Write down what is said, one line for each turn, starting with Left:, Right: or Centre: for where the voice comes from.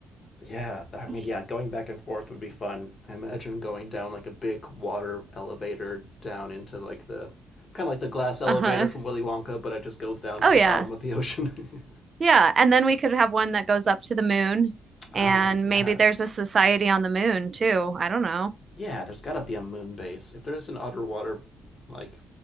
Left: Yeah, I
Right: <laughs>
Left: mean, yeah, going back and forth would be fun. I imagine going down like a big water elevator down into like the kind of like the glass elevator
Right: Uh-huh.
Left: from Willy Wonka, but it just goes down
Right: Oh
Left: to the
Right: yeah.
Left: bottom of the ocean.
Right: Yeah, and then we could have one that goes up to the moon
Left: <laughs> oh
Right: and
Left: yes,
Right: maybe there's a society on the moon too. I don't know.
Left: Yeah, there's got to be a moon base. If there's an outer water like